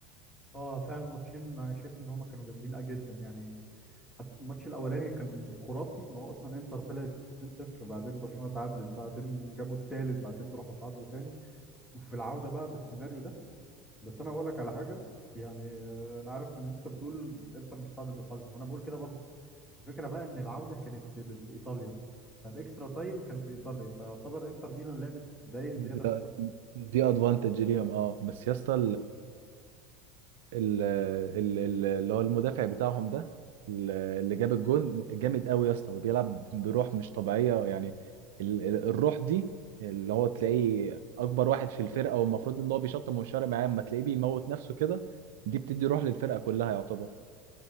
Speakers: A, in the centre; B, on the right.
A: اه فعلا الماتشين انا شايف ان هما كانوا جامدين جدا يعني حتى الماتش الاولاني كان خرافي ان هو اصلا انتر طلعت 2-0 بعدين برشلونة تعادلت بعدين جابوا التالت بعدين راحوا تعادلوا تاني وفي العودة بقى بالسيناريو ده بس انا اقول لك على حاجة يعني آه، انا عارف ان انت بتقول انتر مش سعد بالحظ وانا بقول كده برضه بس الفكرة بقى إن العودة كانت في في إيطاليا فالإكسترا تايم كان في إيطاليا فيعتبر إنتر ميلان لعبت دقايق زيادة
B: ده-
A: في إيطاليا
B: دي ادفانتج ليهم اه بس يا اسطى ال- ال- ال- اللي هو المدافع بتاعهم ده ال- اللي جاب الجون جامد قوي يا اسطى وبيلعب بروح مش طبيعية يعني ال- ال- الروح دي اللي هو تلاقيه اكبر واحد في الفرقة والمفروض ان هو بيشطم ومش فارق معاه اما تلاقيه بيموت نفسه كده دي بتدي روح للفرقة كلها يعتبر